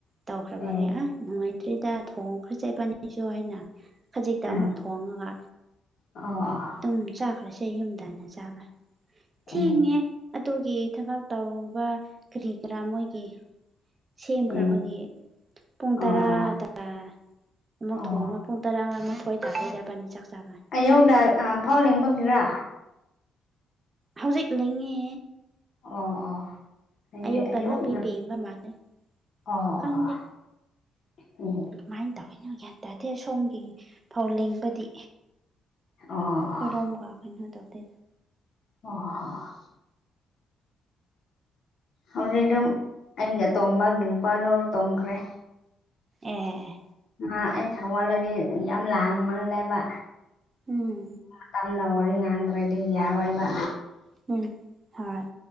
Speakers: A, on the right (about 30°); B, on the left (about 65°).
A: ꯇꯧꯈ꯭ꯔꯕꯒꯤ
B: ꯑꯦ
A: ꯑ ꯅꯨꯡꯉꯥꯏꯇ꯭ꯔꯦꯗ ꯊꯣꯡꯈ꯭ꯔꯁꯦ ꯏꯕꯥꯟꯅꯤꯁꯨ ꯍꯥꯏꯅ ꯈꯖꯤꯛꯇ
B: ꯑ
A: ꯑꯃꯨꯛ ꯊꯣꯡꯉꯒ
B: ꯑꯣ ꯑꯣ
A: ꯑꯗꯨꯝ ꯆꯥꯈ꯭ꯔꯁꯦ ꯌꯨꯝꯗꯅ ꯆꯥꯕ ꯊꯤꯡꯉꯦ
B: ꯑꯦ
A: ꯑꯗꯨꯒꯤ ꯊꯕꯛ ꯇꯧꯕ ꯀꯔꯤ ꯀꯔꯥ ꯃꯣꯏꯒꯤ ꯁꯦꯝꯈ꯭ꯔꯕꯒꯤ
B: ꯑꯦ
A: ꯄꯨꯡ
B: ꯍꯣꯏ
A: ꯇꯔꯥ
B: ꯍꯣꯏ
A: ꯇꯥ ꯔꯥ ꯑꯃꯨꯛ
B: ꯑꯣ
A: ꯊꯣꯡꯕꯥ ꯄꯨꯡ ꯇꯔꯥ ꯇꯔꯃꯊꯣꯏꯗꯔ ꯇꯔꯦꯗꯥ ꯑꯕꯥꯟꯅꯤ ꯆꯥꯛ ꯆꯥꯕ
B: ꯑꯩꯌꯨꯛꯗ ꯑꯥ ꯐꯧ ꯂꯤꯡꯕꯒꯤꯔꯥ
A: ꯍꯧꯖꯤꯛ ꯂꯤꯡꯉꯦ
B: ꯑꯣ ꯑꯣ ꯍꯥꯏꯗꯤ
A: ꯑꯌꯨꯛꯇ
B: ꯑꯌꯨꯛꯅ
A: ꯅꯥꯄꯤ ꯄꯦꯡꯕ ꯃꯥꯜꯂꯦ
B: ꯑꯣ
A: ꯈꯪꯗꯦ
B: ꯑꯣ ꯑꯣ ꯎꯝ
A: ꯀꯃꯥꯏ ꯇꯧꯋꯤꯅꯣ ꯒ꯭ꯌꯥꯟ ꯇꯥꯗꯦ ꯁꯣꯝꯒꯤ ꯐꯧ ꯂꯤꯡꯕꯗꯤ
B: ꯑꯣ
A: ꯑꯍꯣꯏꯔꯣꯝꯒ
B: ꯑꯣ
A: ꯀꯩꯅꯣ ꯇꯧꯗꯦ
B: ꯑꯣ ꯍ ꯍ ꯍ ꯍꯧꯖꯤꯛ ꯑꯗꯨꯝ ꯑꯩꯅ ꯇꯣꯝꯕ ꯅꯨꯄꯥꯔꯣ ꯇꯣꯝꯈ꯭ꯔꯦ
A: ꯑꯦ ꯑꯦ
B: ꯃꯥ ꯑꯩꯅ ꯍꯥꯋꯥꯜꯂꯗꯤ ꯌꯥꯝ ꯂꯥꯡꯃꯜꯂꯦꯕ
A: ꯎꯝ
B: ꯇꯝꯅ ꯋꯥꯔꯤ ꯉꯥꯟꯗ꯭ꯔꯗꯤ ꯌꯥꯔꯣꯏꯕ
A: ꯎꯝ ꯍꯥꯣꯏ